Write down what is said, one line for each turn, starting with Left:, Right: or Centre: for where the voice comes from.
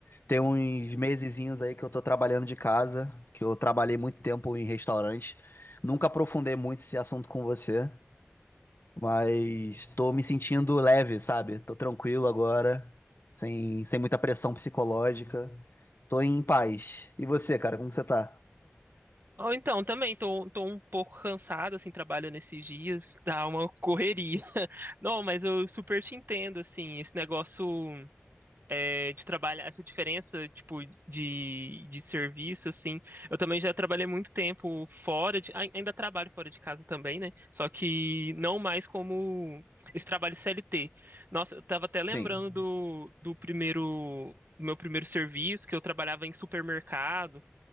Left: tem uns mesezinhos aí que eu tô trabalhando de casa, que eu trabalhei muito tempo em restaurante. Nunca aprofundei muito esse assunto com você, mas tô me sentindo leve, sabe? Tô tranquilo agora, sem, sem muita pressão psicológica. Tô em paz. E você, cara, como você tá?
Right: Ou então, também tô, tô um pouco cansado, assim, trabalhando esses dias, dá uma correria. <laughs> Não, mas eu super te entendo, assim, esse negócio. é, de trabalho, essa diferença, tipo, de, de serviço, assim. Eu também já trabalhei muito tempo fora de, ai- ainda trabalho fora de casa também, né? Só que não mais como esse trabalho CLT. Nossa, eu tava até lembrando
Left: Sim.
Right: do, do primeiro, do meu primeiro serviço, que eu trabalhava em supermercado.